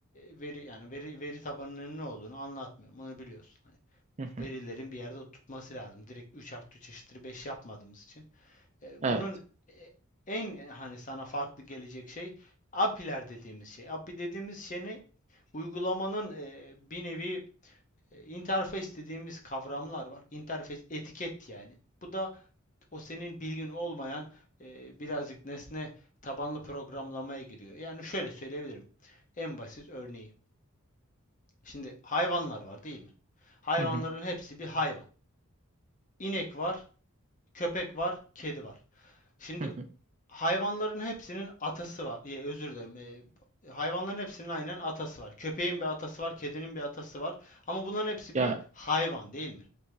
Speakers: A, on the left (about 35°); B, on the right (about 30°).
A: e, veri yani veri veri tabanının ne olduğunu anlatmıyorum. Onu biliyorsun. Hani
B: hı hı.
A: verilerin bir yerde tutması lazım. Direkt 3 artı 3 eşittir 5 yapmadığımız için. E,
B: Evet.
A: bunun e, en e, hani sana farklı gelecek şey API'ler dediğimiz şey. API dediğimiz şey ne? Uygulamanın e, bir nevi e, interface dediğimiz kavramlar var. Interface etiket yani. Bu da o senin bilgin olmayan e, birazcık nesne tabanlı programlamaya giriyor. Yani şöyle söyleyebilirim. En basit örneği. Şimdi hayvanlar var değil mi? Hayvanların
B: Hı hı,
A: hepsi bir hayvan. İnek var, köpek var, kedi var. Şimdi
B: hı hı.
A: hayvanların hepsinin atası var. Ya, özür dilerim. e, hayvanların hepsinin aynen atası var. Köpeğin bir atası var, kedinin bir atası var. Ama bunların hepsi
B: Ya
A: bir hayvan değil mi?